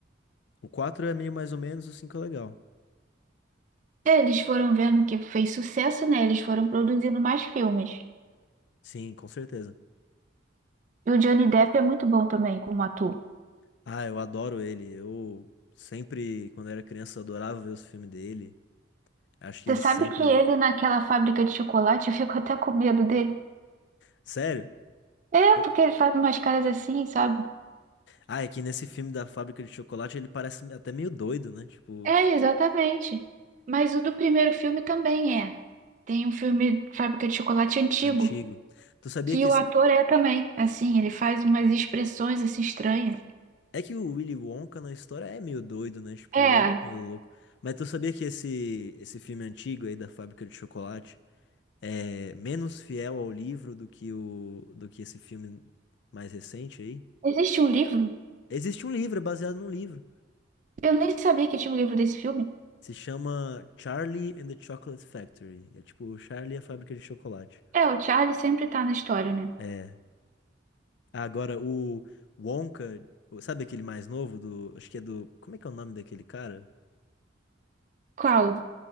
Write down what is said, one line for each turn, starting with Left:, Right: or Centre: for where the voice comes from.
Left: O 4 é meio mais ou menos, o cinco é legal.
Right: É, Eles foram vendo que fez sucesso, né? Eles foram produzindo mais filmes.
Left: Sim, com certeza.
Right: E o Johnny Depp é muito bom também como ator.
Left: Ah, eu adoro ele. Eu sempre, quando era criança, eu adorava ver os filmes dele. Acho que
Right: Você
Left: ele
Right: sabe
Left: sempre.
Right: que ele naquela fábrica de chocolate, <laughs> eu fico até com medo dele.
Left: Sério?
Right: É,
Left: Eu-
Right: porque ele faz umas caras assim, sabe?
Left: Ah, é que nesse filme da fábrica de chocolate ele parece até meio doido, né? Tipo,
Right: É, exatamente. Mas o do primeiro filme também é. Tem um filme Fábrica de Chocolate antigo,
Left: antigo. Tu sabia
Right: que
Left: que
Right: o
Left: esse
Right: ator é também. Assim, ele faz umas expressões assim estranhas.
Left: É que o Willy Wonka na história é meio doido, né? Tipo,
Right: É,
Left: ele é meio louco. Mas tu sabia que esse, esse filme antigo aí da Fábrica de Chocolate é menos fiel ao livro do que o, do que esse filme mais recente aí?
Right: existe um livro?
Left: Existe um livro, é baseado num livro.
Right: Eu nem sabia que tinha um livro desse filme.
Left: Se chama Charlie and the Chocolate Factory. É tipo Charlie e a Fábrica de Chocolate.
Right: É, o Charlie sempre tá na história, né?
Left: É. Ah, Agora, o Wonka, sabe aquele mais novo do. Acho que é do. Como é que é o nome daquele cara?
Right: Qual?